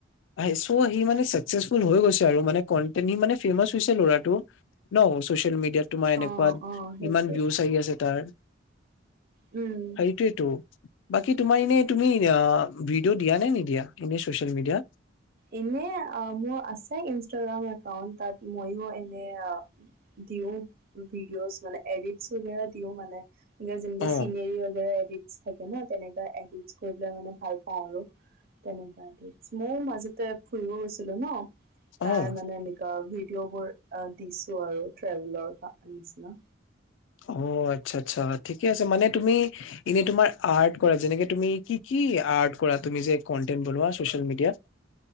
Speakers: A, on the left (about 70°); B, on the right (about 50°).
A: আহ, চৌ সি মানে চাকচেচফুল হৈ গৈছে আৰু, মানে কণ্টেন্ত সি মানে ফেমাচ হৈছে ল'ৰাটো। ন ছচিয়েল মিডিয়াত তোমাৰ এনেকুৱাত
B: অ', অ', সেইটোৱে।
A: ইমান ভিউজ আহি আছে তাৰ।
B: উম।
A: সেইটোৱেটো, বাকী তোমাৰ এনেই তুমি অঁ ভিডিঅ' দিয়া নে নিদিয়া এনে চচিয়েল মিডিয়াত?
B: ইনে মোৰ আছে ইনষ্টাগ্ৰাম একাউন্ট, তাত ময়ো এনেই আও দিওঁ, ভিডিঅ'ছ মানে এডিটছ বেগেৰা দিওঁ মানে। যেনেকৈ
A: অ',
B: চিনেৰি বেগেৰা এডিট চ থাকে ন তেনেকোৱা এডিটচ মানে কৰি পেলাই ভাল পাওঁ আৰু, তেনেকোৱা এডিটচ ময়ো মাজে তে ফুৰিব গৈছিলো ন, তাৰ
A: অ',
B: মানে এনেকুৱা ভিডিঅ' বোৰ দিছো আৰু ট্ৰেভেলৰ নিচিনা।
A: অঁ, আচ্ছা আচ্ছা ঠিকে আছে, মানে তুমি এনেই তোমাৰ আৰ্ট কৰা, যেনেকে তুমি কি কি আৰ্ট কৰা তুমি যে কনটেন্ট বনোৱা ছচিয়েল মিডিয়াত?